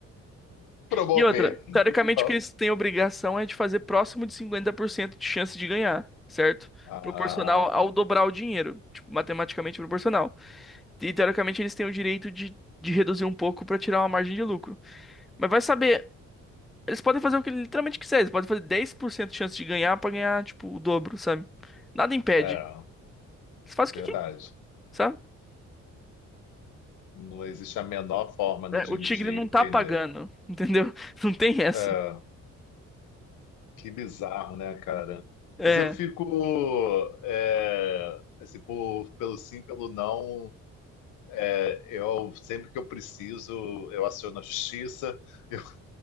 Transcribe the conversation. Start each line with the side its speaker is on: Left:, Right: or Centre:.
Left: promover.
Centre: E outra,
Left: Então,
Centre: teoricamente o que eles têm obrigação é de fazer próximo de 50% de chance de ganhar, certo?
Left: Ah,
Centre: Proporcional ao
Left: tá.
Centre: dobrar o dinheiro, tipo, matematicamente proporcional. E teoricamente eles têm o direito de, de reduzir um pouco pra tirar uma margem de lucro. Mas vai saber, eles podem fazer o que eles literalmente quiserem, eles podem fazer 10% de chance de ganhar pra ganhar, tipo, o dobro, sabe? Nada impede.
Left: É,
Centre: Eles fazem o
Left: verdade.
Centre: que quer, sabe?
Left: Não existe a menor forma, né,
Centre: É,
Left: de,
Centre: o tigre
Left: de
Centre: não tá
Left: entender.
Centre: pagando, entendeu? <laughs> Não tem essa.
Left: É, que bizarro, né, cara?
Centre: É,
Left: Mas eu fico, é, assim, por- pelo sim, pelo não, é, eu sempre que eu preciso, eu aciono a justiça, <laughs> eu,